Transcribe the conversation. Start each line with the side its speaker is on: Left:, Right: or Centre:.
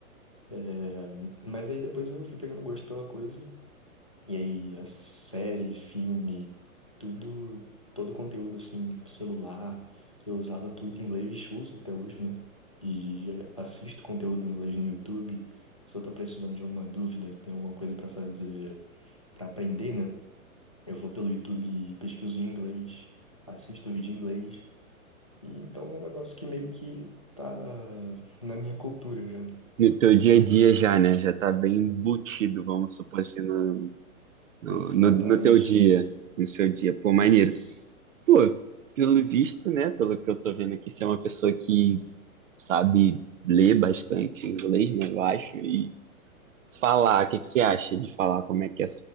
Left: É, mas aí depois eu fui pegando gosto pela coisa. E aí, a série, filme, tudo, todo o conteúdo assim, celular, eu usava tudo em inglês, uso até hoje, né? E assisto conteúdo em inglês no YouTube. Se eu tô precisando de alguma dúvida, tem alguma coisa pra fazer, pra aprender, né? Eu vou pelo YouTube e pesquiso em inglês, assisto vídeo em inglês. E então é um negócio que meio que tá na minha cultura já, né?
Right: No teu dia a dia já, né? Já tá bem embutido, vamos supor assim, no, no,
Left: Exatamente.
Right: no, no teu dia, no seu dia. Pô,
Left: Isso.
Right: maneiro. Pô, pelo visto, né? Pelo que eu tô vendo aqui, você é uma pessoa que sabe ler bastante inglês, né, eu acho, e falar, o que que você acha de falar, como é que é,